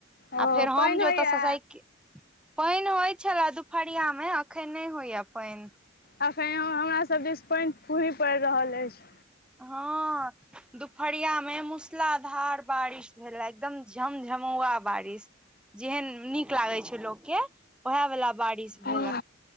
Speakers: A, on the left (about 50°); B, in the centre.
A: ओ
B: आ फेर
A: पानि
B: हम जे
A: होइया
B: ओतऽ से साईकिल पाइन होई छले दुपहरियामे अखन नै होइये पाइन।
A: अखन हमरा सब दिस पाइन फुही पड़ि रहल अछि।
B: हँ दुपहरिया में मूसलाधार बारिश भेले, एकदम झमझमौआ बारिश, जेहन नीक लागे छै लोक के ओहे वला बारिश
A: हूँ
B: भेले।